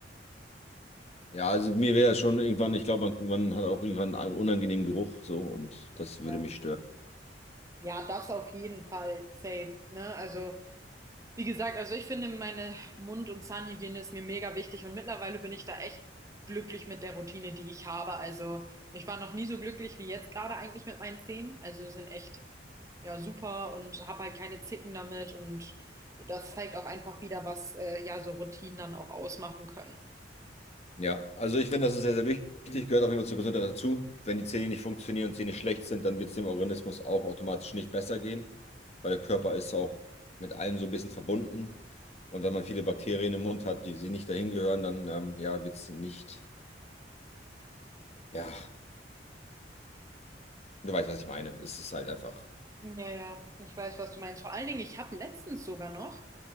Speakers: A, on the left (about 35°); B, on the right (about 20°).
A: Ja, also mir wäre schon irgendwann, ich glaube, man, man hat auch irgendwann einen unangenehmen Geruch so und das würde
B: Ja.
A: mich stören.
B: Ja, das auf jeden Fall safe, ne? Also Wie gesagt, also ich finde meine Mund- und Zahnhygiene ist mir mega wichtig und mittlerweile bin ich da echt glücklich mit der Routine, die ich habe. Also ich war noch nie so glücklich wie jetzt gerade eigentlich mit meinen Zähnen. Also sind echt ja super und habe halt keine Zicken damit und das zeigt auch einfach wieder, was äh, ja so Routinen dann auch ausmachen können.
A: Ja, also ich finde, das ist sehr, sehr wichtig, gehört auf jeden Fall zur Gesundheit dazu. Wenn die Zähne nicht funktionieren und Zähne schlecht sind, dann wird es dem Organismus auch automatisch nicht besser gehen, weil der Körper ist auch mit allem so ein bisschen verbunden. Und wenn man viele Bakterien im Mund hat, die sie nicht dahin gehören, dann ähm, ja, wird es nicht, ja, du weißt, was ich meine. Es ist halt einfach,
B: Ja, ja, ich weiß, was du meinst. Vor allen Dingen, ich habe letztens sogar noch